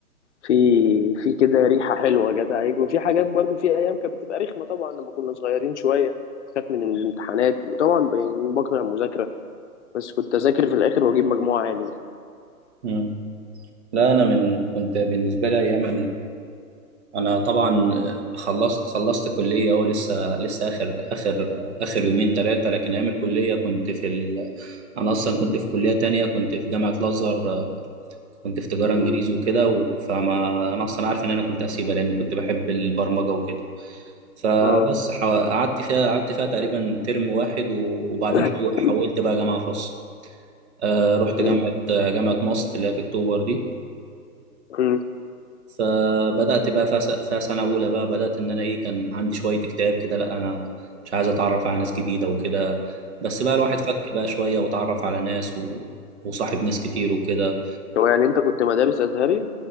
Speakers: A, on the left (about 50°); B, on the right (about 45°).
A: في في كده ريحة حلوة جت عليك وفي حاجات برضو في أيام كانت بتبقى رخمة طبعا لما كنا صغيرين شوية خاف من الامتحانات وطبعا ب- بكره المذاكرة بس كنت أذاكر في الآخر وأجيب مجموع عالي يعني
B: مم. لا انا من كنت بالنسبة لي ايام انا طبعا خلصت خلصت كليه هو لسه لسه اخر اخر اخر يومين ثلاثه لكن ايام الكليه كنت في ال... انا اصلا كنت في كليه تانية كنت في جامعه الازهر كنت في تجاره انجليزي
A: مم.
B: وكده و... فما انا اصلا عارف ان انا كنت هسيبها لان كنت بحب البرمجه وكده فبس
A: اه
B: حو... قعدت فيها قعدت فيها تقريبا ترم واحد و... وبعدين
A: <coughs>
B: حو... حولت بقى جامعه خاصه آه رحت
A: مم.
B: جامعه جامعه ماست اللي هي في اكتوبر دي
A: مم.
B: فبدات بقى في سنه اولى بقى بدات ان انا ايه كان عندي شويه اكتئاب كده لا انا مش عايز اتعرف على ناس جديده وكده بس بقى الواحد فك بقى شويه وتعرف على ناس و... وصاحب ناس كتير وكده
A: هو يعني أنت كنت مدارس أزهري